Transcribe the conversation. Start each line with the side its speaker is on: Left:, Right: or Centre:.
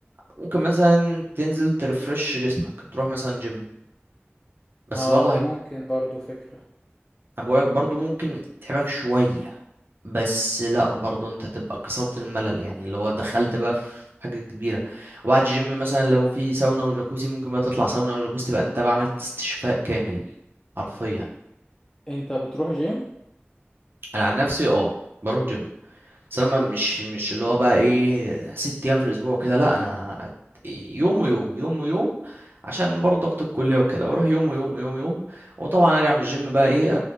Right: ممكن مثلا تنزل ترفرش جسمك تروح مثلا جيم بس
Left: اه
Right: برضه
Left: ممكن
Right: هيك-
Left: برضو فكرة
Right: انا بقولك برضه ممكن تتعبك شوية بس لا برضه انت تبقى كسرت الملل يعني اللي هو دخلت بقى في حاجة كبيرة وبعد الجيم مثلا لو في ساونا وجاكوزي ممكن بقى تطلع ساونا وجاكوزي تبقى انت بقى عملت استشفاء كامل حرفيا
Left: انت بتروح جيم
Right: انا عن نفسي اه بروح جيم بس انا ما- مش مش اللي هو بقى ايه ست ايام في الاسبوع كده لا انا يوم ويوم يوم ويوم عشان برضه ضغط الكليه وكده بروح يوم ويوم ويوم ويوم وطبعا ارجع من الجيم بقى ايه